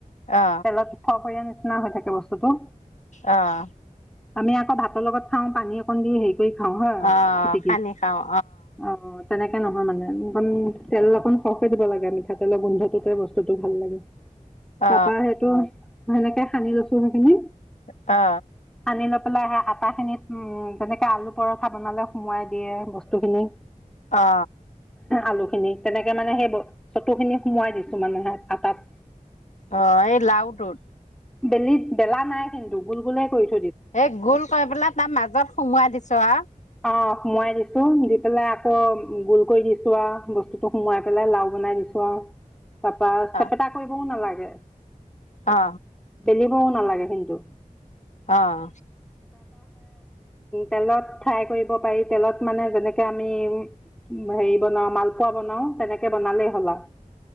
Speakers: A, on the left; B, in the centre.
A: অ
B: তেলত ফফৈয়া নিচিনা হৈ থাকে। বস্ত টো
A: আহ।
B: আমি আকৌ ভাতৰ লগত খাওঁ পানী অকণ দি হে। কৰি খাও হ
A: অ
B: পিটিকি
A: সানি খাওঁ
B: অ তেনেকে নহয় মানে। অ তেল অকন সৰহকে দিব লাগে মিঠাতেলৰ গোন্ধটোতে বস্তুতটো ভাল লাগে
A: অ
B: তাৰপা সেইটো সেনেকে সানি লৈছো সেইখিনি
A: অ।
B: সানি লৈ পেলাই আহে আটাখিনিত যেনেকে আলু পৰঠা বনালে। সোমোৱাই দিয়ে বস্তু খিনি।
A: অ
B: আলু খিনি তেনেকে মানে সেই চতু খিনি সোমোৱাই দিছো মানে আটাত।
A: অ এই লাউটো ত
B: বেলি বেলা নাই কিন্তু গুল গোলে কৰিছোঁ।
A: এই গোল কৰি পেলাই তাৰ মাজত সুমুৱাই দিছো আৰু
B: অঁ সোমোৱাই দিছো দি পেলাই আকৌ গোল কৰি দিছো আৰু বস্তুটো সোমোৱাই পেলাই লাও বনাই দিছো আৰু তাৰপা চেপেটা
A: অ
B: কৰিবও নালাগে। উ।
A: অ
B: বেলিবও নালাগে। কিন্ত।
A: আহ।
B: তেলত ফ্ৰাই কৰিব পাৰি তেলত মানে যেনেকে আমি হেৰি বনাও মালপোৱা বনাও তেনেকে বনালেই হ'ল আৰু।